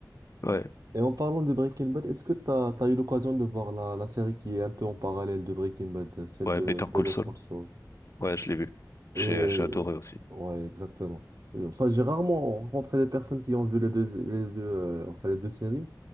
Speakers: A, on the left; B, on the right.
A: Ouais,
B: Et en parlant de Breaking Bad, est-ce que tu as, eu l'occasion de voir la, la série qui est un peu en parallèle de Breaking Bad, euh, celle
A: ouais,
B: de
A: Better
B: Better
A: Call Saul.
B: Call Saul?
A: Ouais, je l'ai vu. J'ai,
B: Et,
A: j'ai adoré aussi.
B: ouais, exactement. Euh, Enfin, j'ai rarement rencontré des personnes qui ont vu les deux, les deux, euh, enfin, les deux séries